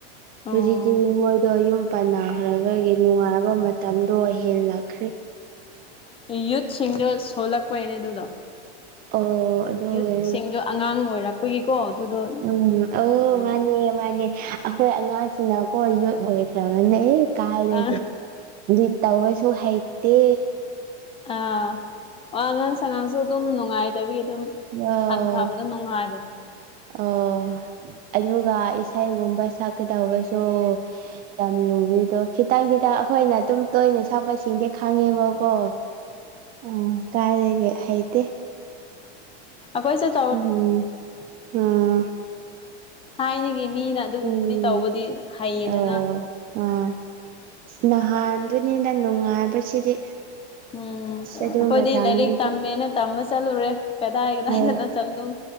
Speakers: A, on the left; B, on the right.
A: ꯑꯣ
B: ꯍꯧꯖꯤꯛꯇꯤ ꯃꯣꯏꯗꯣ ꯌꯨꯝ ꯄꯥꯟꯅꯈ꯭ꯔꯕꯒꯤ ꯅꯨꯡꯉꯥꯏꯕ ꯃꯇꯝꯗꯣ ꯍꯦꯜꯂꯛꯈ꯭ꯔꯦ
A: ꯌꯨꯠꯁꯤꯡꯗꯣ ꯁꯣꯜꯂꯛꯄꯩꯅꯦ ꯑꯗꯨꯗꯣ
B: ꯑꯣ ꯑꯗꯨꯒꯤ
A: ꯌꯨꯠꯁꯤꯡꯗꯣ ꯑꯉꯥꯡ ꯑꯣꯏꯔꯛꯄꯒꯤꯀꯣ ꯑꯗꯨꯗꯣ
B: ꯎꯝ ꯑꯣ
A: ꯎꯝ
B: ꯃꯥꯅꯦ ꯃꯥꯅꯦ ꯑꯩꯈꯣꯏ ꯑꯉꯥꯡꯁꯤꯅꯀꯣ ꯌꯣꯠ ꯑꯣꯏꯈ꯭ꯔꯕꯅꯦ ꯑꯦ ꯀꯥꯏꯔꯒꯦ
A: ꯑ
B: ꯑꯗꯨ ꯇꯧꯔꯁꯨ ꯍꯩꯇꯦ
A: ꯑꯥ ꯋꯥ ꯉꯥꯡ ꯁꯉꯥꯡꯁꯨ ꯑꯗꯨꯝ ꯅꯨꯡꯉꯥꯏꯗꯕꯒꯤ ꯑꯗꯨꯝ
B: ꯑꯣ
A: ꯍꯟꯊꯕꯗ ꯅꯨꯡꯉꯥꯏꯕ
B: ꯑꯣ ꯑꯗꯨꯒ ꯏꯁꯩꯒꯨꯝꯕ ꯁꯛꯀꯗꯧꯕꯁꯨ ꯌꯥꯝ ꯂꯨꯕꯤꯗꯣ ꯈꯤꯇꯪ ꯈꯤꯇꯪ ꯑꯩꯈꯣꯏꯅ ꯑꯗꯨꯝ ꯇꯣꯏꯅ ꯁꯥꯛꯄꯁꯤꯡꯗꯤ ꯈꯥꯡꯉꯦꯕꯀꯣ ꯎꯝ ꯀꯥꯏꯗꯒꯤ ꯍꯩꯇꯦ
A: ꯑꯈꯣꯏ ꯆꯠ
B: ꯎꯝ ꯑꯥ
A: ꯊꯥꯏꯅꯒꯤ ꯃꯤꯅ ꯑꯗꯨꯒꯨꯝꯕꯗꯤ
B: ꯎꯝ
A: ꯇꯧꯕꯗꯤ ꯍꯩꯌꯦꯗꯅ
B: ꯑꯣ ꯑꯥ ꯅꯍꯥꯟꯗꯨꯅꯤꯅ ꯅꯨꯡꯉꯥꯏꯕꯁꯤꯗꯤ
A: ꯎꯝ ꯑꯩꯈꯣꯏꯗꯤ
B: ꯑꯗꯨ ꯃꯇꯝꯗꯨꯗꯤ
A: ꯂꯥꯏꯔꯤꯛ ꯇꯝꯃꯦꯅ ꯇꯝꯃ ꯆꯠꯂꯨꯔꯦ ꯀꯗꯥꯏ ꯀꯗꯥꯏꯗꯅꯣ
B: ꯍꯣꯏ
A: ꯆꯝ ꯑꯗꯨꯝ